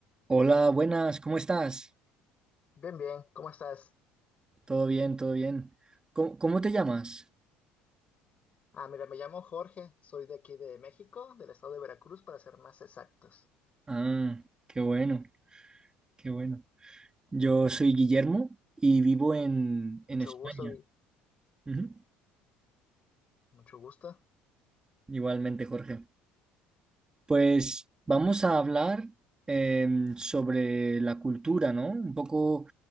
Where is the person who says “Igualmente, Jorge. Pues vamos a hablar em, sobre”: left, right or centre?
Right